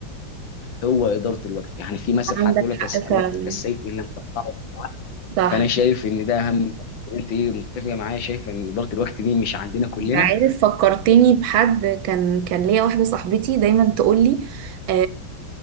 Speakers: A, on the left; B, on the right.
A: هو اداره الوقت يعني في مثل
B: عندك
A: حتى يقول لك
B: حق
A: الس-
B: فعلا
A: الوقت كالسيف ان لم تقطعه
B: صح
A: فانا شايف ان ده اهم انت ايه متفقه معايا شايفه ان اداره الوقت دي مش عندنا كلنا
B: انت عارف فكرتني بحد كان كان ليا واحدة صاحبتي دايما تقولي آه